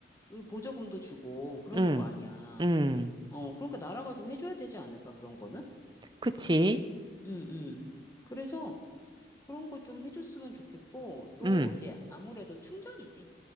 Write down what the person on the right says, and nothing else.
응,
응,
그치.
응.